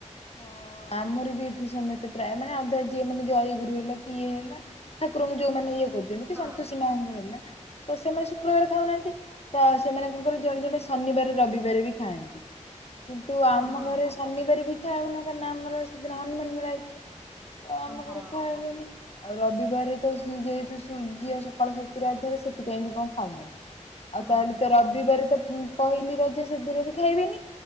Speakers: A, on the left; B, on the right.
A: ହଁ ଆମର ବି ଏଠି ସମସ୍ତେ ପ୍ରାୟ ମାନେ ଅଧା ଯିଏ ମାନେ ଜୟଗୁରୁ ହେଲା କି ଇଏ ହେଲା ଠାକୁରଙ୍କୁ ଯୋଉମାନେ ଇଏ କରୁଚନ୍ତି କି
B: ହଁ
A: ସନ୍ତୋଷୀ ମାଙ୍କ ହେଲା ତ ସେମାନେ ଶୁକ୍ରବାର ଖାଉନାଆନ୍ତି ତ ସେମାନଙ୍କଙ୍କର ଜଣେ ଜଣେ ଶନିବାର ରବିବାର ବି ଖାଆନ୍ତି କିନ୍ତୁ ଆମ
B: ହଁ ହଁ
A: ଘରେ ଶନିବାର ବି ଖାଉନା କାଇଁନା ଆମର ସେଦିନ ହନୁମାନ ମେଳା ତ ଆମ
B: ହଁ
A: ଘରେ ଖାଇବେନି ଆଉ ରବିବାର ତ ଯେହେତୁ ସୂର୍ଯ୍ୟ ସକଳ ଶକ୍ତିର ଆଧର ସେଥିପାଇଁ ବି କଁ ଖାଉନାଆନ୍ତି। ଆଉ
B: ହଁ
A: ତାହେଲେ ତ ରବିବାର ତ ପହିଲି ରଜ ସେଦିନ ବି ଖାଇବେନି